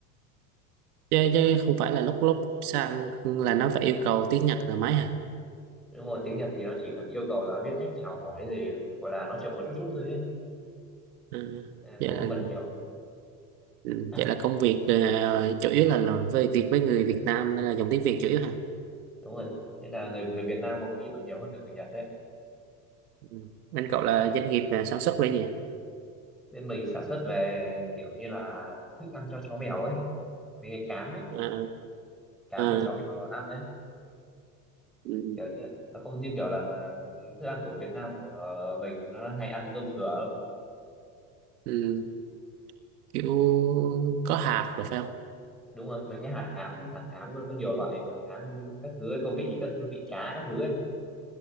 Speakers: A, on the right (about 75°); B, in the centre.
A: chứ, chứ không phải là lúc lúc sang là nó phải yêu cầu tiếng Nhật là mấy hả
B: đúng rồi tiếng Nhật thì nó chỉ cần yêu cầu là biết cách chào hỏi rồi gọi là nói chuyện một chút chút thôi ấy.
A: ừ.
B: À,
A: vậy
B: không
A: là
B: không cần nhiều
A: ừ,
B: <clears throat>
A: vậy là công việc ờ, chủ yếu là làm về việc với người Việt Nam nên là dùng tiếng Việt chủ yếu hả
B: đúng rồi nên là người người Việt Nam có khi còn nhiều hơn cả người Nhật đấy
A: ừ. bên cậu là doanh nghiệp là sản xuất về gì hả?
B: bên mình sản xuất về kiểu như là thức ăn cho chó mèo ấy mấy cái cám ấy
A: à,
B: cám
A: à,
B: cho chó mèo ăn đấy
A: ừ,
B: kiểu như nó không như kiểu là ừ, thức ăn của Việt Nam của mình nó hay ăn cơm thừa đâu
A: ừ, kiểu có hạt rồi phải không
B: đúng rồi mấy cái hạt cám hạt cám nó có nhiều loại hạt cám các thứ ấy, có vị các thứ vị cá các thứ ấy